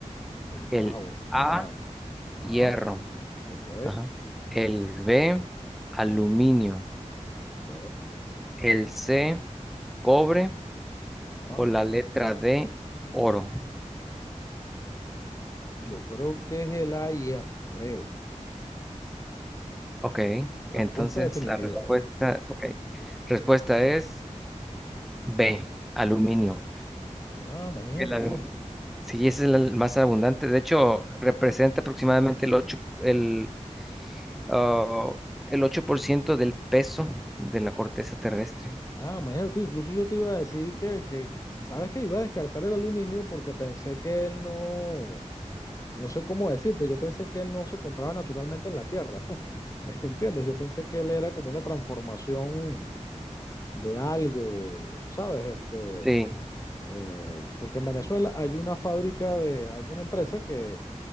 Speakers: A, on the left (about 25°); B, in the centre.
A: El más
B: El
A: abundante.
B: A,
A: Ajá,
B: hierro.
A: ok.
B: Ajá. El B, aluminio.
A: ujú, Ok.
B: El C, cobre.
A: Ajá.
B: O la letra D, oro.
A: Yo creo que es el ayer, creo.
B: Ok,
A: Respuesta
B: entonces
A: definitiva.
B: la respuesta, ok. Respuesta es B, aluminio.
A: Ah, imagínate
B: El aluminio
A: tú.
B: Sí, ese es el más abundante. De hecho, representa aproximadamente el ocho el, ah, el 8% del peso de la corteza terrestre.
A: Ah, imagínate tú. Incluso yo te iba a decir que, que, ¿sabes que Iba a descartar el aluminio porque pensé que él no, no sé cómo decirte, yo pensé que él no se encontraba naturalmente en la Tierra. <laughs> ¿Entiendes? Yo pensé que él era como una transformación de algo, ¿sabes? Este
B: Sí,
A: Eh, porque en Venezuela hay una fábrica de, hay una empresa que,